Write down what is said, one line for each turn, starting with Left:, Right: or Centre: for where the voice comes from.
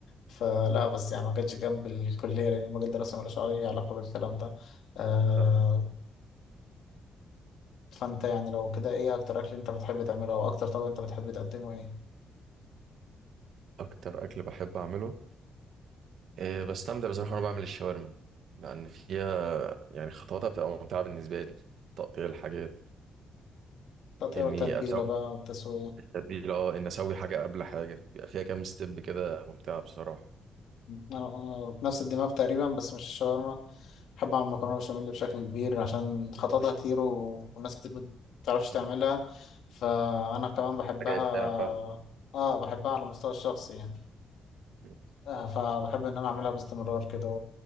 Left: فلا بس يعني ما كانش جنب الكليه لان المجال دراسه ملوش اي علاقه بالكلام ده آه،
Right: ده.
Left: فانت يعني لو كده ايه اكتر اكل انت بتحب تعمله او اكتر طبق انت بتحب تقدمه ايه
Right: اكتر اكل بحب اعمله أه بستمتع بصراحه وانا بعمل الشاورما لان فيها يعني خطواتها بتبقى ممتعه بالنسبه لي تقطيع الحاجات
Left: التقطيع
Right: اني
Left: والتتبيله
Right: اسوي
Left: بقى والتسويه
Right: التتبيله اه ان اسوي حاجه قبل حاجه بيبقى فيها كام ستيب كده ممتعه بصراحه
Left: انا أنا نفس الدماغ تقريبا بس مش الشاورما بحب اعمل مكرونه بشاميل بشكل كبير عشان خططها كتير و- وناس كتير بتعرفش تعملها
Right: مم.
Left: فانا كمان بحبها
Right: حاجه ابداع فعلا.
Left: اه بحبها على المستوى الشخصي يعني
Right: مم.
Left: آه، فبحب ان انا اعملها باستمرار كده و...